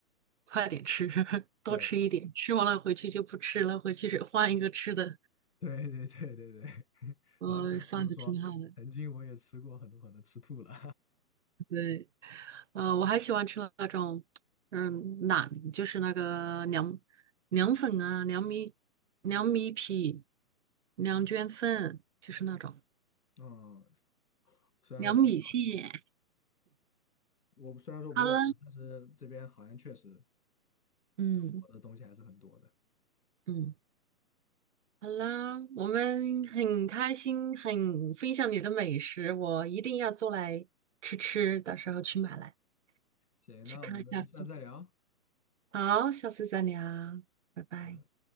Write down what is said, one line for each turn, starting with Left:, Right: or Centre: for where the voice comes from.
Right: 快点吃，<laughs> 多吃一点，
Left: 对，
Right: 吃完了回去就不吃了，回去是换一个吃的，
Left: <laughs> 对对对对对，<laughs>
Right: 呃，
Left: 然后就说曾经我也吃过很多可能吃吐了，
Right: 算的挺好的。对，呃，我还喜欢吃那种，嗯，馕，就是那个凉凉粉啊，凉米凉米皮、凉卷粉，就是那种
Left: <laughs> 嗯，虽然我不知道，
Right: 凉米线。
Left: 我虽然说我不知道，
Right: 好了，
Left: 但是这边好像确实
Right: 嗯
Left: 中国的东西还是很多的。
Right: 嗯，好了，我们很开心，很分享你的美食，我一定要做来吃吃，到时候去买来。
Left: 行，
Right: 去看一下
Left: 那我们下次再聊。
Right: 好，下次再聊，拜拜。
Left: 拜拜。